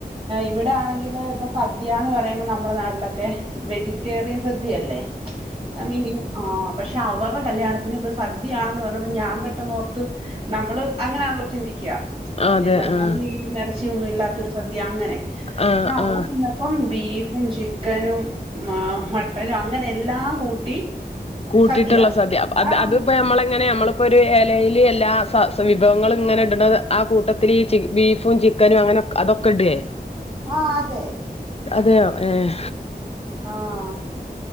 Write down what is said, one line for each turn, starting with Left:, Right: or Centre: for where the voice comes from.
Right: ഇവിടെ ആണെങ്കില് ഇപ്പൊ സദ്യ എന്ന് പറയുമ്പോ നമ്മുടെ നാട്ടിലൊ തെ വെജിറ്റേറിയൻ സദ്യയല്ലേ ആഹ് മീന് ആഹ് പക്ഷെ അവരുടെ കല്യാണത്തിന് ഇപ്പ സദ്യയാണെന്ന് പറഞ്ഞപ്പ ഞാൻ പെട്ടെന്ന് ഓർത്ത് നമ്മള് അങ്ങനാണല്ലോ ചിന്തിക്ക സദ്യന്ന്
Left: ആഹ് അതെ
Right: പറഞ്ഞൽ
Left: ആഹ്
Right: മീനും ഇറച്ചിയൊന്നും ഇല്ലാത്തൊരു സദ്യ അങ്ങനെ
Left: ആഹ്
Right: പക്ഷെ അവ
Left: ആഹ്
Right: <unintelligible> പ്പം ബീഫും ചിക്കനും ആഹ്‌ മട്ടനും അങ്ങനെ എല്ലാം കൂട്ടി
Left: കൂട്ടിയിട്ടുള്ള
Right: സദ്യ
Left: സദ്യത്
Right: ആഹ്
Left: അതിപ്പോ നമ്മള എങ്ങനെ നമ്മ പ്പൊരു ഇലയിൽ എല്ലാ സ വിഭവങ്ങളും ഇങ്ങനെ ഇട്ണത് ആ കൂട്ടത്തിൽ ഈ ബീഫും ചിക്കനും അങ്ങനെ അതൊക്കെ ഇടേ
Right: ആഹ്‌ അതെ
Left: അതെയോ ഏഹ്‌
Right: ആഹ്‌